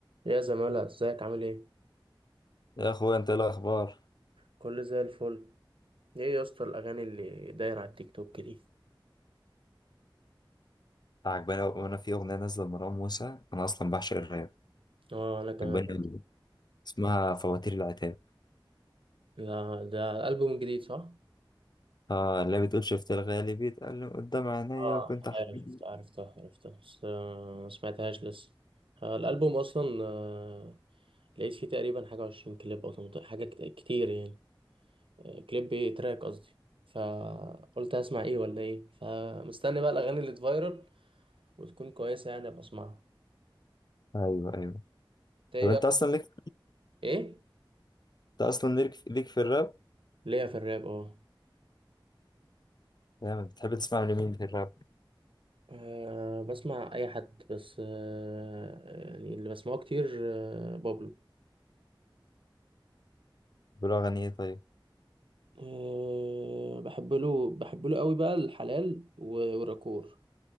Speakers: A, on the right; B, on the left.
A: يا زمالة ازيك عامل ايه؟
B: يا اخويا انت ايه الاخبار
A: كله زي الفل ايه يا اسطى الاغاني اللي دايرة على التيك توك دي؟
B: عجباني أوي- وانا في اغنيه نازله لمروان موسى انا اصلا بعشق الراب
A: اه انا كمان
B: عجباني أوي. اسمها فواتير العتاب
A: لا ده الالبوم الجديد صح
B: اه اللي بتقول شفت الغالي بيتقال قدام عينيا
A: اه
B: وكنت احكي
A: ايوه شفت عرفتها عرفتها بس آه، ما سمعتهاش لسه آه، الالبوم اصلا آه، لقيت فيه تقريبا حاجه 20 كليب او 18 حاجه كت- كتير يعني آه، كليب ايه تراك قصدي فقلت هسمع ايه ولا ايه فمستني بقى الاغاني اللي تفايرل وتكون كويسه يعني ابقى اسمعها
B: ايوه ايوه
A: إنت ايه
B: طب انت اصلا ليك
A: ايه
B: انت اصلا ليك ليك في الراب
A: ليا في الراب اه
B: يعني بتحب تسمع لمين في الراب
A: أه بسمع أي حد بس أه يعني اللي بسمعه كتير أه بابلو
B: بيقولوا اغاني ايه طيب
A: أه بحب له بحب له قوي بقى الحلال و- والراكور